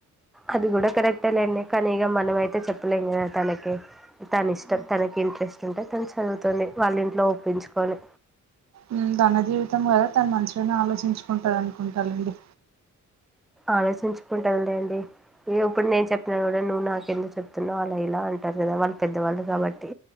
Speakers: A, in the centre; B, on the right.
A: అది కూడా కరెక్టే లేండి కానీ ఇక మనమయితే చెప్పలేం కదా తనకి తన ఇష్టం తనకి ఇంట్రెస్ట్ ఉంటే తను చదువుతుంది వాళ్ళ ఇంట్లో ఒప్పించుకొని
B: ఉమ్ తన జీవితం కదా తను మంచిగానే ఆలోచించుకుంటాది అనుకుంటా లేండి
A: ఆలోచించుకుంటదిలేండి ఏ ఇప్పుడు నేను చెప్పిన కూడా నువ్వు నాకు ఎందుకు చెప్తున్నా అలా ఇలా అంటారు కదా వాళ్ళు పెద్దవాళ్ళు కాబట్టి